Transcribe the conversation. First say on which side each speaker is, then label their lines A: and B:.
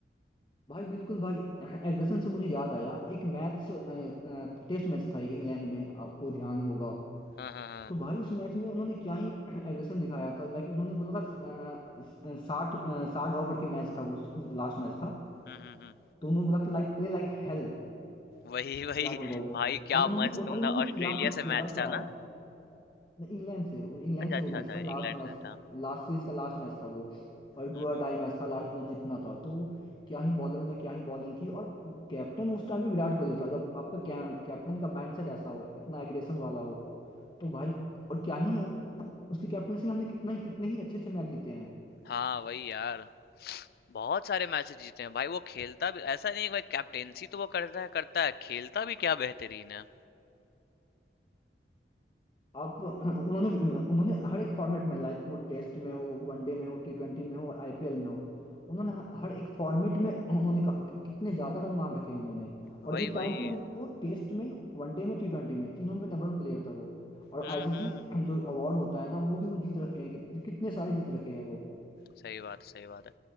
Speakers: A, on the left; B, on the left.
A: भाई बिल्कुल भाई <clears throat> एग्रेशन से मुझे याद आया एक मैच टेस्ट मैच था एक इंग्लैंड में आपको ध्यान होगा
B: हाँ हाँ हाँ
A: तो भाई उस मैच में उन्होंने क्या ही <clears throat> एग्रेशन दिखाया था लाइक उन्होंने बोला था साठ साठ ओवर की मैच था उस उस लास्ट मैच था
B: हम्म हम्म हम्म
A: तो उन्होंने बोला था लाइक प्ले लाइक हेल
B: वही वही
A: याद होगा वो
B: भाई क्या
A: और उन्होंने
B: मस्त
A: और
B: मतलब
A: उन्होंने
B: ऑस्ट्रेलिया
A: क्या ही
B: से
A: खेला
B: मैच था
A: था
B: ना
A: नहीं, इंग्लैंड से वो- इंग्लैंड
B: अच्छा
A: से
B: अच्छा
A: वो मैच
B: अच्छा
A: था
B: इंग्लैंड
A: लास्ट
B: से
A: मैच
B: था
A: लास्ट सीरीज का लास्ट मैच था वो और डू
B: हम्म
A: और
B: हम्म
A: डाई मैच था लास्ट मैच जितना था तो क्या ही बॉलर ने क्या ही बॉलिंग की और कैप्टन उस टाइम भी विराट कोहली था जब आपका कै, कैप्टन का माइंडसेट ऐसा हो इतना एग्रेशन वाला हो तो भाई और क्या ही है उसकी कैप्टनसी में हमने कितना ही कितने ही अच्छे अच्छे मैच जीते हैं
B: हाँ वही यार बहुत सारे मैचेस जीते हैं भाई वो खेलता भी ऐसा नहीं है कि भाई कैप्टेंसी तो वो करता है करता है खेलता भी क्या बेहतरीन है
A: आप उन्होंने उन्होंने हर एक फॉर्मेट में लाइक वो टेस्ट में हो वनडे में हो टी ट्वेंटी में हो और आईपीएल में हो उन्होंने हर एक फॉर्मेट में उन्होंने का- कि- कितने ज्यादा रन मार रखे हैं उन्होंने
B: वही
A: और एक
B: वही
A: टाइम पे वो, वो टेस्ट में वनडे में टी ट्वेंटी में तीनों में नंबर वन प्लेयर था वो और
B: हम्म
A: आईसीसी
B: हम्म
A: जो अवार्ड होता है ना वो भी वो जीत रखे हैं कित, कितने सारे जीत रखे हैं वो
B: सही बात है सही बात है